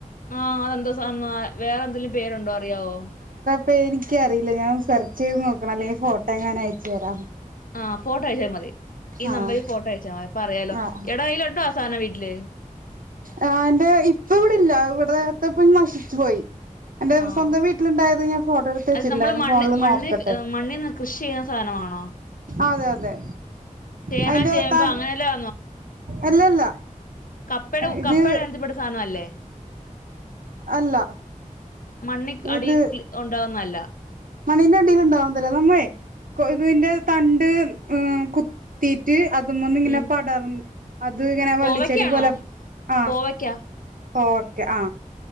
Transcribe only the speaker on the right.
പേരിക്കറിയില്ല ഞാൻ സെർച്ച് ചീത് നോക്കണം അല്ലെങ്കി ഫോട്ടോ എങ്ങാനും അയച്ചു തരാം
ആഹ്
ആഹ്
ആ ന്റെ ഇപ്പ ഇവിടില്ല ഇവടത്തെപ്പ നശിച്ചു പോയി എൻ്റെ
സ്വന്തം വീട്ടിലിണ്ടായത് ഞാൻ ഫോട്ടോ എടുത്ത്
ച്ചിട്ടുണ്ടായിരുന്നു
ഫോണില്
നോക്കട്ടെ
അതെ അതെ
അതിന്റെ
താൻ
അല്ലല്ല
ഇത്
അല്ല
ഇത്
മണ്ണിന്റെ അടില് ഉണ്ടാവുന്നതല്ല നമ്മളെ കൊയ്തതിൻ്റെ
തണ്ട് ഉം കുത്തീറ്റ് അതുമന്ന് ഇങ്ങനെ
പടർ അത് ഇങ്ങനെ
വള്ളിച്ചെടി പോലെ ആ
ഓക്കെ ആ